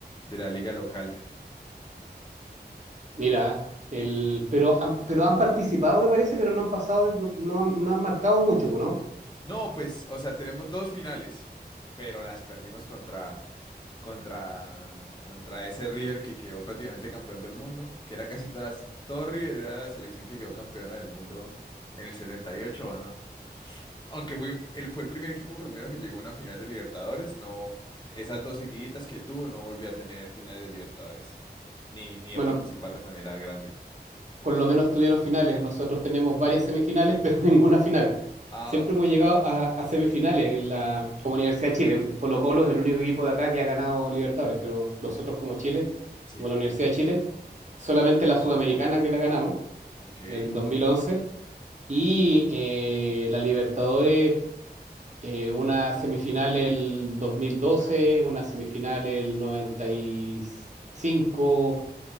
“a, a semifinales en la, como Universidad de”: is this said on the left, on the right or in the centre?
Right